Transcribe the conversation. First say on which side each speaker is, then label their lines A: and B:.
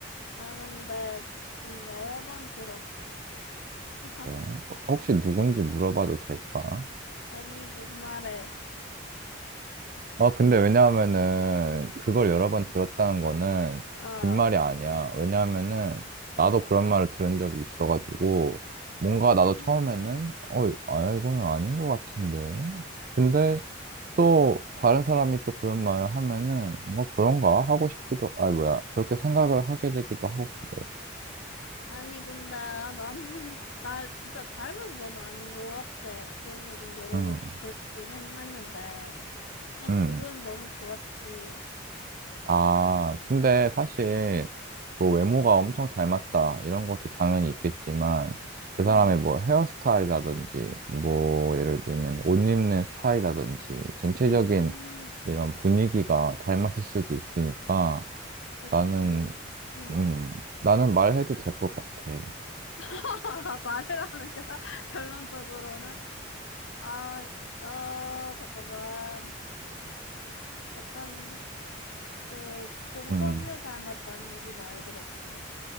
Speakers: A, on the left (about 75°); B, on the right (about 45°).
A: 아 근데 좀 여러 번 들었어 <laughs>
B: 네. 혹시 누군지 물어봐도 될까?
A: 아니 뭔 말해
B: 아, 근데 왜냐하면은 그걸 여러 번 들었다는 거는
A: 어
B: 빈말이 아니야. 왜냐하면은 나도 그런 말을 들은 적이 있어가지고 뭔가
A: 음,
B: 나도 처음에는 어, 아, 이건 아닌 것 같은데. 근데 또 다른 사람이 또 그런 말을 하면은 뭔가 그런가 하고 싶기도, 아, 뭐야. 그렇게 생각을 하게 되기도 하고 그래.
A: 아니 근데 아, 나는 <laughs> 날 진짜 닮은 건 아닌 것 같아 그런 얘긴 여러
B: 응,
A: 번 듣긴 했- 했는데 그래도
B: 응.
A: 기분은 너무 좋았지
B: 아, 근데 사실 뭐 외모가 엄청 닮았다 이런 것도 당연히 있겠지만 그
A: 음,
B: 사람의 뭐 헤어스타일이라든지 뭐 예를 들면 옷 입는 스타일이라든지 전체적인
A: 음,
B: 이런 분위기가 닮았을 수도 있으니까
A: 그치
B: 나는
A: 응.
B: 음 나는 말해도 될 것 같아.
A: <laughs> 말을 하는 결, 결론적으로는 아, 어.. 잠깐만. 약간 그 봉선유
B: 음
A: 닮았다는 얘기 많이 들었어.